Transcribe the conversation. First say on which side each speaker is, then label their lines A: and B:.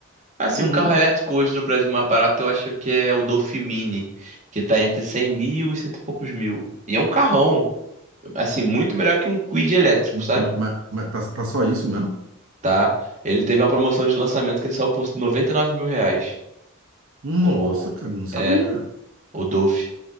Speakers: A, on the right; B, on the right.
A: Assim,
B: Uhum.
A: o carro elétrico hoje no Brasil mais barato eu acho que é o Dolphin Mini, que tá entre 100 mil e cento e poucos mil. E é um carrão, assim, muito melhor que um Kwid elétrico,
B: Mas,
A: sabe?
B: mas- mas tá, tá só isso mesmo?
A: Tá? Ele teve uma promoção de lançamento que ele saiu por noventa e nove mil reais.
B: Nossa,
A: O,
B: cara, não sabia.
A: é, o Dolphin.